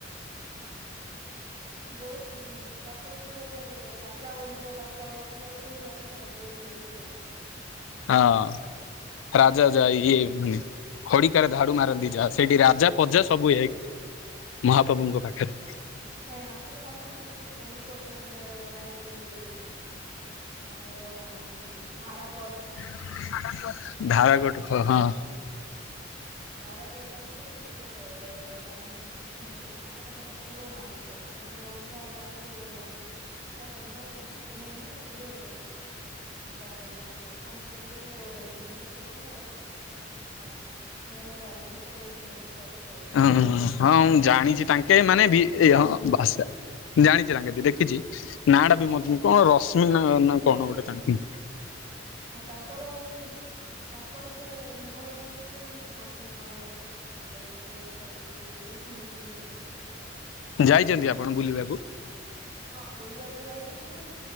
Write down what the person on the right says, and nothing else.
ବହୁତ ତାପରେ ଯୋଉ ଏବେ ରାଜା ବଂଶ। ତାଙ୍କର ସେ ଯାକୁ ସବୁ ଜାଣିଲେ ଅଜୟବ ହିଁ ଲାଗୁଛି ଆଉ।
ନାଇଁ ଆଗରୁ ଆପଣ ଜାଣିଥିବେ ଖୋଲିକୋଟ ରେ ଗୋଟାଏ ରାଣୀ ରେ କହିକି। ଆମର ଧାରାକୋର୍ଟ।
ଧାରାକୋର୍ଟ ପାଖରେ ଗୋଟେ ରାଣୀ। ଛନ୍ତି ତାଙ୍କର ମାନେ ପୁଅ ନାହାନ୍ତି ଆଉ ତାଙ୍କ ବଂଶ ଆଉ ଆଗକୁ ବଢିଲାନି। ତ ତାଙ୍କର ଝିଅ ହିଁ ଏବେ ବାହା ହେଇଛନ୍ତି ଆଉ କଣ ତାଙ୍କ ସେଯୋଉ ଭୁବନେଶ୍ଵର ର ଅ ମେ ଫୋର ନା କଣ ଏମତି ତାଙ୍କର। ଏବେ ବାହାଘର
ସରିଛି
ହଁ ତାଙ୍କର ଉଇ। ତାଙ୍କର ସେ ମହଲ ଟା ବି ଦେଖିବେ ମାନେ ସେ ହାତୀଶାଳ ସେଇଟା ସବୁ ର। ଖାଇକି ଏବେ ବି ସେମିତି ହିଁ ଅଛି।
ହଁ ବୁଲିବାକୁ ଯାଇଛି କିନ୍ତୁ।